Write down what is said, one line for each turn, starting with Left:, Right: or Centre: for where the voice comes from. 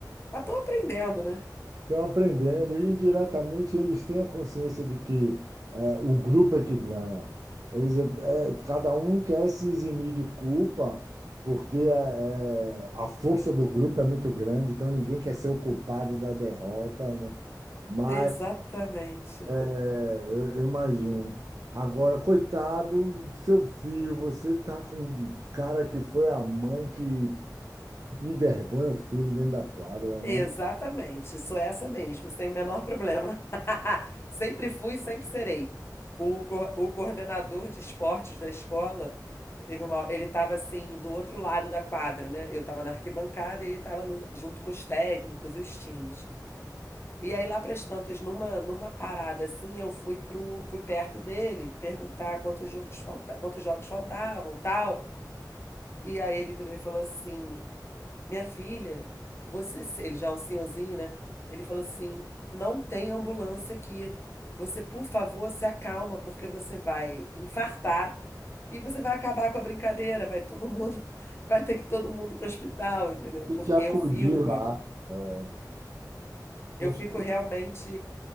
Left: Mas tô aprendendo, né?
Right: estão aprendendo e indiretamente eles têm a consciência de que é, o grupo é que ganha. Eles, é, cada um quer se eximir de culpa porque é, é, a força do grupo é muito grande, então ninguém quer ser o culpado da derrota, né? Mas
Left: Exatamente.
Right: é, eu, eu imagino. Agora, coitado do seu filho, você tá com um cara que foi a mãe que envergonha o filho dentro da quadra, né? não?
Left: Exatamente, sou essa mesmo, sem o menor problema. <laughs> Sempre fui, sempre serei. O, co- o coordenador de esportes da escola teve uma, ele estava assim do outro lado da quadra, né? Eu estava na arquibancada e ele estava junto com os técnicos e os times. E aí lá para as tantas, numa numa parada assim, eu fui pro fui perto dele perguntar quantos jogos falta, quantos jogos faltavam, tal. E aí ele virou e falou assim minha filha, você, se-" ele já é um senhorzinho, né? Ele falou assim: não tem ambulância aqui. Você, por favor, se acalma, porque você vai infartar e você vai acabar com a brincadeira. Vai todo mundo, <laughs> vai ter que todo mundo para o hospital, entendeu?
Right: E
Left: Porque
Right: te acudir
Left: eu fico,
Right: lá. É. Você
Left: eu fico realmente,